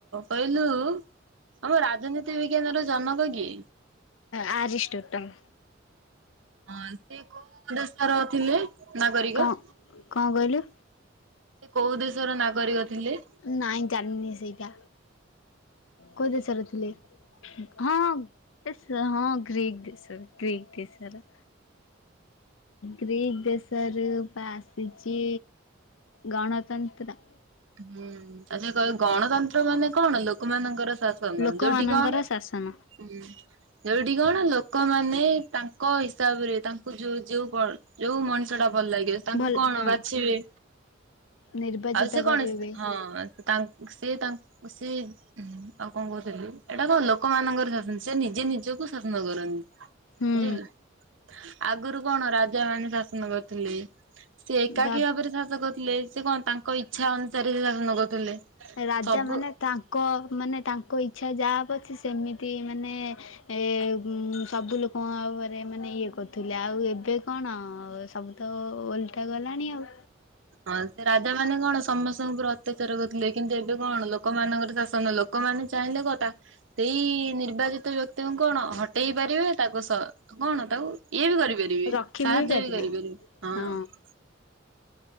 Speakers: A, on the right; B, on the left.
A: କହିଲୁ ଆମ ରାଜନୀତି ବିଜ୍ଞାନ ର ଜନକ କିଏ?
B: ଆରିଷ୍ଟଟମ୍।
A: ହଁ, ସିଏ କୋଉ ଦେଶର ଥିଲେ ନାଗରିକ?
B: କଣ କଣ କହିଲୁ?
A: ସେ କୋଉ ଦେଶର ନାଗରିକ ଥିଲେ?
B: ନାଇଁ ଜାଣିନି ସେଇଟା, କୋଉ ଦେଶର ଥିଲେ? ହଁଁ, ହଁ, ଗ୍ରୀକ୍ ଦେଶ ରେ ଗ୍ରୀକ୍ ଦେଶର। ଗ୍ରୀକ୍ ଦେଶ ସାର୍ ବା ଆସିଛି ଗଣତନ୍ତ୍ର।
A: ହୁଁ, ଆଛା କହିଲୁ ଗଣତନ୍ତ୍ର ମାନେ କଣ ଲୋକ ମାନଙ୍କର ଶା ସନ
B: ଲୋକମାନଙ୍କର
A: ଯୋଉଠି କଣ
B: ଶାସନ
A: ହୁଁ। ଯୋଉଠି କଣ ଲୋକମାନେ ତାଙ୍କ ହିସାବରେ ତାଙ୍କୁ ଯୋଉ, ଯୋଉ ଯୋଉ ମଣିଷ ଟା ଭଲ ଲାଗିବ ତାଙ୍କୁ
B: ଭଲ
A: କଣ
B: ହଁ।
A: ବାଛିବେ
B: ନିର୍ବାଚିତ
A: ଆଉ ସେ କଣ
B: କରିବେ।
A: ହଁ ତାଙ୍କୁ ସେ ତା ତାଙ୍କୁ ସେ ଉ, ହୁଁ, ଆଉ କଣ କହୁଥିଲି ଏଇଟା ତ ଲୋକମାନଙ୍କର ଶାସନ ସେ ନିଜେ ନିଜକୁ ଶାସନ କରନ୍ତି। ବୁଝିଲୁ,
B: ହୁଁ
A: ଆଗରୁ କଣ ରାଜା ମାନେ ଶାସନ କରୁଥିଲେ। ସେ ଏକାକି
B: ଦା
A: ଭାବରେ ଶାସକ ଥିଲେ, ସେ କଣ ତାଙ୍କ ଇଚ୍ଛା ଅନୁସାରେ ସେ ଶାସନ କରୁଥିଲେ।
B: ରାଜା
A: ସବୁ
B: ମାନେ ତାଙ୍କ ମାନେ ତାଙ୍କ ଇଚ୍ଛା ଯାହା ହବ ସେମିତି ମାନେ ଏ ସବୁ ଲୋକଙ୍କରେ ମାନେ ଇଏ କରୁଥିଲେ ଆଉ ଏବେ କଣ ସବୁ ତ ଓଲଟା ଗଲାଣି ଆଉ।
A: ହଁ ସେ ରାଜା ମାନେ କଣ ସମସ୍ତଙ୍କ ଉପରେ ଅତ୍ୟାଚାର କରୁଥିଲେ କିନ୍ତୁ ଏବେ କଣ ଲୋକମାନଙ୍କର ଶାସନ ଲୋକ ଲୋକ ମାନେ ଚାହିଁଲେ କଣ ତା ସେଇ ନିର୍ବାଚିତ ବ୍ୟକ୍ତିଙ୍କୁ କଣ ହଟେଇ ପାରିବେ, ତାଙ୍କ ସହ କଣ ତାକୁ ଇଏ ବି କରିପାରିବେ,
B: ରଖି
A: ସାହାଯ୍ୟ
B: ପାରିବେ।
A: ବି କରିପାରିବେ। ହଁ ଆଚ୍ଛା
B: ହଁ।